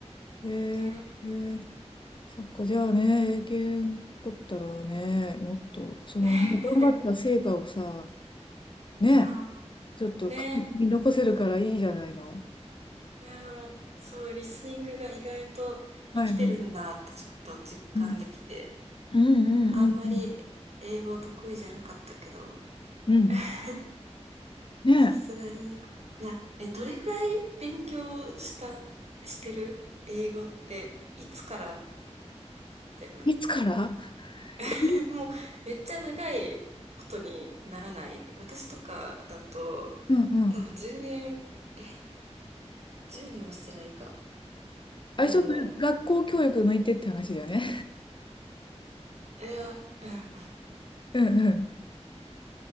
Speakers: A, on the left; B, on the right.
A: えー、
B: ね。
A: えーそっか、じゃあね、英検取ったらね、もっと、その、
B: <laughs>
A: 頑張った成果をさ、ねえ
B: さあ、
A: ちょっと見残せるからいいじゃないの。
B: ね。いやー、そう、リスニングが意外と生きてるんだってちょっと実感できて、
A: はいはい。うん、うんうんうんうん。
B: あんまり英語得意じゃなかったけど、
A: うん
B: <laughs>
A: ね
B: さすがに。いや、え、どれぐらい勉強した、してる英語って、いつからって、
A: え。いつからえー
B: <laughs> もうめっちゃ長いことにならない。私とかだと、
A: うんうん。
B: 多分10年、え、10年はしてないか。
A: あ、
B: でも、
A: 一応、学校教育抜いてって話だよね。
B: いや、うんうん
A: うんうん。